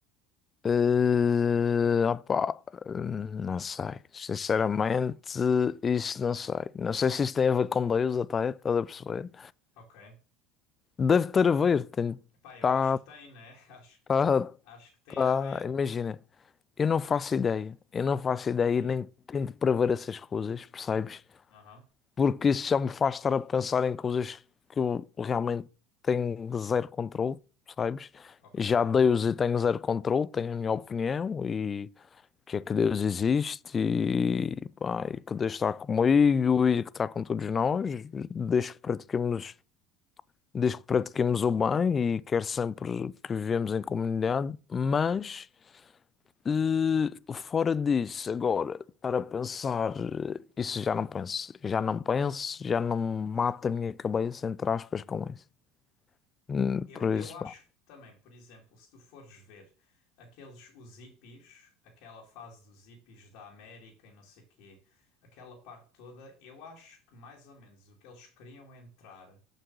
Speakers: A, on the left; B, on the left.
A: Eh, opá, eh, não sei. Sinceramente, isso não sei. Não sei se isso tem a ver com Deus, até, estás a perceber?
B: Ok.
A: Deve ter a ver. Tem,
B: Pá, eu
A: tá,
B: acho que tem, né? <laughs> Acho,
A: tá,
B: acho que tem
A: tá.
B: a ver.
A: Imagina, eu não faço ideia. Eu não faço ideia
B: Sim.
A: e nem tento prever essas coisas, percebes?
B: Aham.
A: Porque isso já me faz estar a pensar em coisas que eu realmente tenho zero controle, percebes?
B: Ok.
A: Já Deus e tenho zero controle, tenho a minha opinião e. que é que Deus existe e, pá, e que Deus está comigo e que está com todos nós, desde que pratiquemos, desde que pratiquemos o bem e quer sempre que vivemos em comunidade, mas eh, fora disso, agora, estar a pensar, eh, isso já não penso, já não penso, já não mata a minha cabeça, entre aspas, com isso. Hum,
B: Eu,
A: Por
B: eu
A: isso,
B: acho
A: pá.
B: também, por exemplo, se tu fores ver aqueles, os hippies, aquela fase dos hippies da América e não sei quê, aquela parte toda, eu acho que mais ou menos o que eles queriam entrar